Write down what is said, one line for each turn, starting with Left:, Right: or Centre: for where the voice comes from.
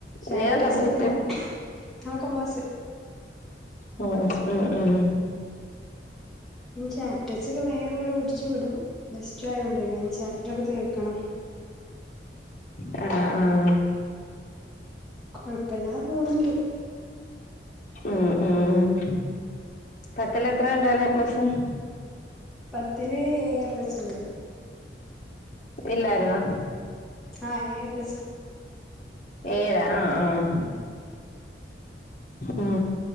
Centre: ചാപ്റ്റേഴ്സ്
Left: നീ ഏതാ സബ്ജക്ട്?
Centre: ഒക്കെ ഞാൻ കൊമേഴ്സ്
Left: ഉം ഉം ഉം
Centre: ഇനി ചാപറ്റേർസ് ഒക്കെ വേഗം ഇങ്ങനെ ഓടിച്ചു വിടും. പ്ലസ് ടു ആയത് കൊണ്ടേ ചാപ്റ്ററൊക്കെ തീർക്കണം
Left: ആ ആ
Centre: കൊഴപ്പല്ലാതെ പോവുന്നുണ്ട്
Left: ഉം ഉം പത്തിൽ എത്ര ഇണ്ടായിരുന്നു എ പ്ലസ്?
Centre: പത്തില് ഏ എ പ്ലസ് ഇണ്ടായിരുന്നു.
Left: ഇല്ലായിരുന്നോ
Centre: ആ ഏയ് എ പ്ലസ്
Left: ഏഴ് ആഹ് ആഹ് ഉം